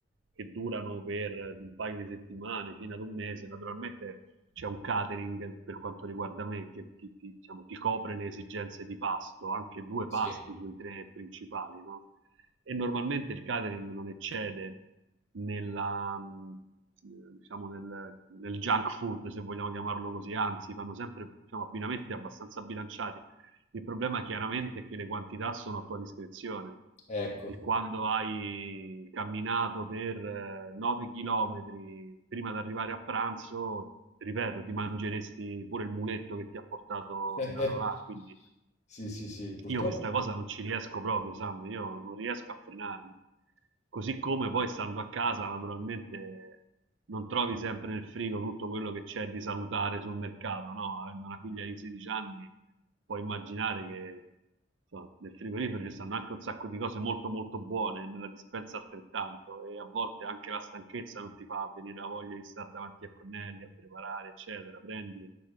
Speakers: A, on the right; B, on the left.
A: che durano per un paio di settimane fino ad un mese, naturalmente c'è un catering per quanto riguarda me che ti, ti- diciamo, ti copre le esigenze di pasto, anche due
B: Sì.
A: pasti sui tre principali, no? E normalmente il catering non eccede nella, mh, eh, diciamo nel, nel junk food, se vogliamo chiamarlo così, anzi fanno sempre diciamo, abbinamenti abbastanza bilanciati. Il problema chiaramente è che le quantità sono a tua discrezione
B: Ecco.
A: e quando hai camminato per 9 km prima di arrivare a pranzo, ripeto, ti mangeresti pure il muletto che ti ha portato
B: <laughs>
A: fino a là, quindi
B: Sì, sì, sì, purtroppo.
A: io questa cosa non ci riesco proprio, Sam, io non riesco a frenarmi. Così come poi stando a casa, naturalmente non trovi sempre nel frigo tutto quello che c'è di salutare sul mercato, no? Avendo una figlia di 16 anni, puoi immaginare che insomma, nel frigorifero ci stanno anche un sacco di cose molto molto buone, nella dispensa altrettanto, e a volte anche la stanchezza non ti fa venire la voglia di stare davanti ai fornelli a preparare, eccetera. Prendi